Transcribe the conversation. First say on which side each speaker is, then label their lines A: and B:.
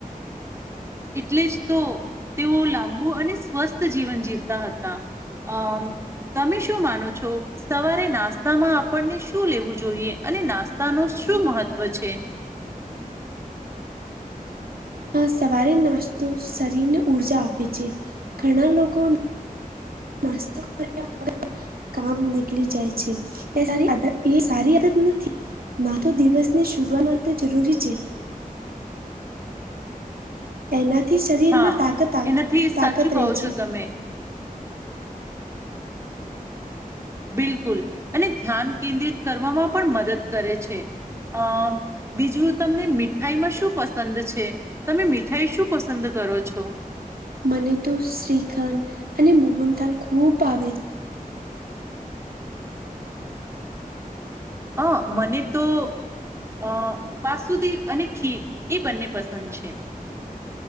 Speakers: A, on the right (about 20°); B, on the right (about 85°).
A: એટલે જ તો તેઓ લાંબુ અને સ્વસ્થ જીવન જીવતા હતા. અમ તમે શું માનો છો. સવારે નાસ્તામાં આપણને શું લેવું જોઈએ અને નાસ્તા ન શું મહત્વ છે.
B: હા સવારે નાસ્તો શરીરને ઉર્જા આપે છે ઘણા લોકો નાસ્તો કર્યા કામ નીકળી જાય છે, એ સ આદત એ સારી આદત નથી. માથ દિવસની શરૂઆત માટે જરૂરી છે. એનાથી શરીર
A: હા
B: માં તાત
A: એનાથી
B: તાકત
A: સાચું કહો
B: રહે છે.
A: છો તમે બિલકુલ અને ધ્યાન કેન્દ્રિત કરવામાં પણ મદદ કરે છે, અમ બીજું તમને મીઠાઈમાં શું પસંદ છે, તમે મીઠાઈ શું પસંદ કરો છો.
B: મને તો શ્રીખન અને મોહનતાલ ખૂબ આવે છે.
A: હ મને તો અ વાસુદ અને ખીર એ બંને પસંદ છે.